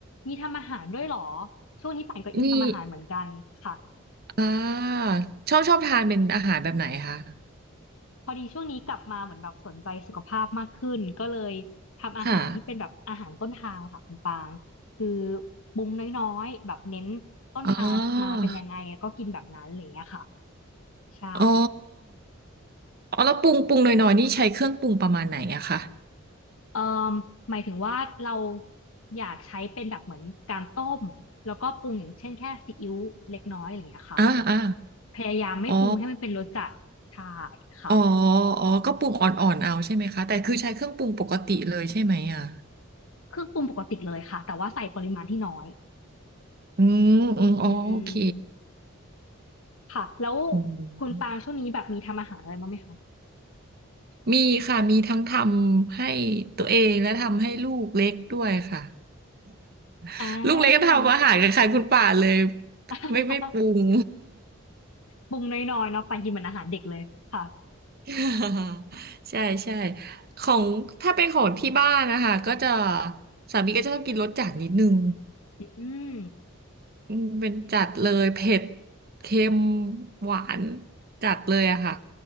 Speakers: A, on the left (about 85°); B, on the right (about 50°).
A: มีทำอาหารด้วยเหรอช่วงนี้ป่านก็อินทำอาหารเหมือนกันค่ะ
B: <laughs> มีอ่าชอบชอบทานเป็นอาหารแบบไหนคะ
A: พอดีช่วงนี้กลับมาเหมือนแบบสนใจสุขภาพมากขึ้นก็เลยทำอาหารที่เป็นแบบอาหารต้นทางค่ะคุณปางคือ
B: ค่ะ
A: ปรุงน้อยๆแบบเน้นต้นทางมาเป็นยังไงก็กินแบบนั้นอะไรอย่างเงี้ยค่ะ
B: อ๋อ
A: ใช่
B: อ๋ออ๋อแล้วปรุงปรุงหน่อยๆนี่ใช้เครื่องปรุงประมาณไหนอะคะ
A: เอ่อหมายถึงว่าเราอยากใช้เป็นแบบเหมือนการต้มแล้วก็ปรุงอย่างเช่นแค่ซีอิ๊วเล็กน้อยอะไรอย่างเงี้ยค่ะ
B: อ่าอ่า
A: พยายามไม่ปรุงให้มันเป็นรสจัดใช่
B: อ๋อ
A: ค่ะ
B: อ๋ออ๋อก็ปรุงอ่อนๆเอาใช่ไหมคะแต่คือใช้เครื่องปรุงปกติเลยใช่ไหมอะ
A: เครื่องปรุงปกติเลยค่ะแต่ว่าใส่ปริมาณที่น้อย
B: อืมอืมอ๋อโอเค
A: อืมค่ะแล้ว
B: อืม
A: คุณปางช่วงนี้แบบมีทำอาหารอะไรบ้างไหมคะ
B: มีค่ะมีทั้งทำให้ตัวเองและทำให้ลูกเล็กด้วยค่ะ
A: อ่
B: <laughs> ลูกเล็กก็ทำอาหารกับใครคุณป่าเลย
A: า <laughs>
B: ไม่ไม่ปรุง
A: ปรุงน้อยๆเนาะปางกินเหมือนอาหารเด็กเลยค่ะ
B: <laughs> ใช่ใช่ของถ้าเป็นของที่บ้านนะคะก็จะสามีก็จะต้องกินรสจัดนิดนึง
A: อืม
B: อืมเป็นจัดเลยเผ็ดเค็มหวานจัดเลยอะค่ะ